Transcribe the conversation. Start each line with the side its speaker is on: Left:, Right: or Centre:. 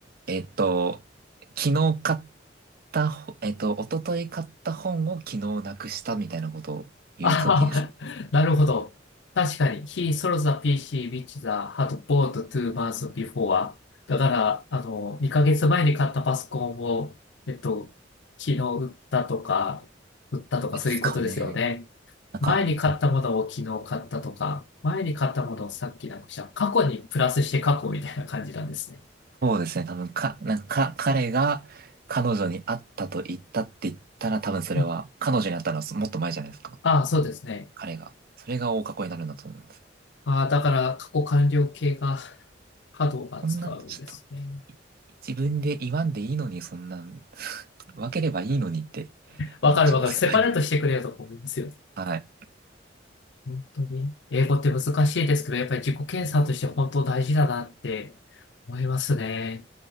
Right: えっと、昨日買ったほ、えっと、一昨日買った本を昨日なくしたみたいなことを言うときですか、
Left: ああ、なるほど。確かに。He sold the PC which the had bought two months before. だから、あの、2ヶ月前に買ったパソコンを、えっと、昨日売ったとか、売ったとかそういうことですよね。
Right: ですかね。なんか、
Left: 前に買ったものを昨日買ったとか、前に買ったものをさっきなくした。過去にプラスして過去みたいな感じなんですね。
Right: そうですね。多分か、なんか、か、彼が彼女に会ったと言ったって言ったら、多分それは、
Left: うん
Right: 彼女に会ったのはもっと前じゃないですか。
Left: ああ、そうですね。
Right: 彼が。それが大過去になるんだと思います。
Left: ああ、だから過去完了形が波動が使うんですね。
Right: そんな、ちょっと、い自分で言わんでいいのに、そんなん、<laughs> 分ければいいのにって
Left: わかるわかる。
Right: 思っちゃうんですけど。
Left: セパレートしてくれよとか思いますよ。
Right: はい。
Left: 本当に。英語って難しいですけど、やっぱり自己検査として本当大事だなって思いますね。